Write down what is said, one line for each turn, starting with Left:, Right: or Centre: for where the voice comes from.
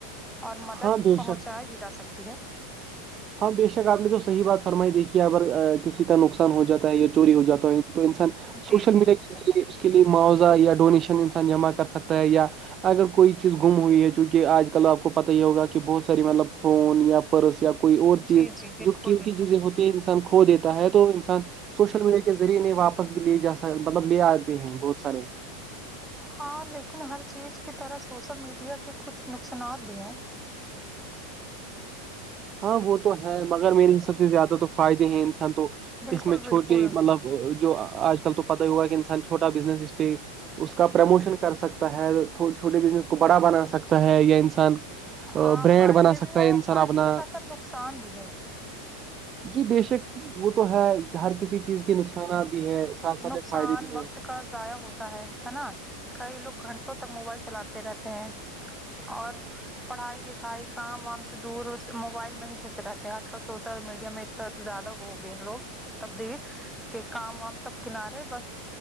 Centre: اور مدد
Right: ہاں بے
Centre: پہنچائی
Right: شک
Centre: بھی جا سکتی ہے
Right: ہاں بے شک آپ نے تو صحی بات فرمائی دیکھی ہے اگر کسی کا نقصان ہو جاتا ہے یا چوری ہو جاتا ہے تو انسان
Centre: جی
Right: سوشل
Centre: جی
Right: میڈیا
Centre: جی
Right: کے ذریعے اس کے لیے معاوضہ یا ڈونیشن انسان جمع کر سکتا ہے یا اگر کوئی چیز گم ہوئی ہے چونکہ آج کل آپ کو پت ہی ہوگا کہ بہت ساری مطلب فون یا پرس یا کوئی اور چیز
Centre: جی جی بالکل
Right: جو قیمتی
Centre: بالکل
Right: چیزیں ہوتی ہیں انسان کھو دیتا ہے تو انسان سوشل میڈیا کے کے ذریعے نہیں واپس بھی لے جا مطلب لے آتے ہیں بہت سارے
Centre: ہاں لیکن ہر چیز کی طرح سوشل میڈیا کے کچھ نقصانات بھی ہیں
Right: ہاں وہ تو ہے مگر میرے ح سب سے زیادہ تو فائدے ہی انسان تو
Centre: بالکل
Right: اس میں
Centre: بالکل
Right: چھوٹے مطلب جو آج کل تو پتاہ ہی ہوا کہ انسان چھوٹا بزنس اس پہ اس کا پرموشن کر سکتا ہے چھوٹے بزنس کو بڑا بنا سکتا ہے یا انسان
Centre: ہاں
Right: برانڈ
Centre: فائدے
Right: بنا
Centre: بھی
Right: سکتا
Centre: ہیں
Right: ہے انسان
Centre: فائدے
Right: اپنا
Centre: کے ساتھ ساتھ نقصان بھی ہے
Right: جی بےشک وہ تو ہے ہر کسی چیز کے نقصانات بھی ہے ساتھ ساتھ
Centre: نقصان
Right: فائدے بھی ہیں
Centre: وقت کا ضائع ہوتا ہے ہے نا کئی لوگ گھنٹوں تک موبائل چلاتے رہتے ہیں اور <unintelligible> پڑھائی لکھائی کام وام سے دور موبائل میں ہی گھس رہے ہیں آج کل سوشل میڈیا میں زیادہ ہو گئے ہیں لوگ تبد کے کام وام سب کنارے بس